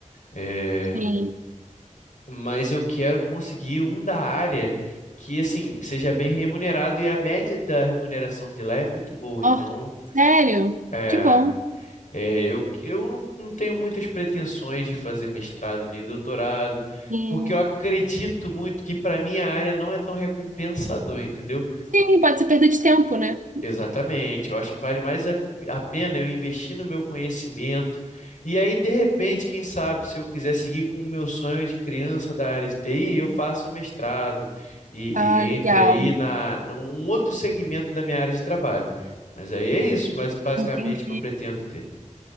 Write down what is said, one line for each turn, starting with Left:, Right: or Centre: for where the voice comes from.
Left: é,
Right: Sim.
Left: mas eu quero conseguir um da área que, assim, seja bem remunerado e a média da remuneração de lá é muito boa.
Right: Ó,
Left: Então,
Right: sério?
Left: é,
Right: Que bom.
Left: é, eu, eu não, não tenho muitas pretensões de fazer mestrado nem doutorado,
Right: Sim.
Left: porque eu acredito muito que para minha área não é tão recompensador, entendeu?
Right: Sim, pode ser perda de tempo, né?
Left: Exatamente, eu acho que vale mais a, a pena eu investir no meu conhecimento. E aí, de repente, quem sabe, se eu quiser seguir com o meu sonho de criança da área de TI, eu faço um mestrado e,
Right: Ah,
Left: e
Right: legal.
Left: entre aí na, num outro segmento da minha área de trabalho. Mas aí é isso, mas basicamente
Right: Entendi.
Left: que eu pretendo ter.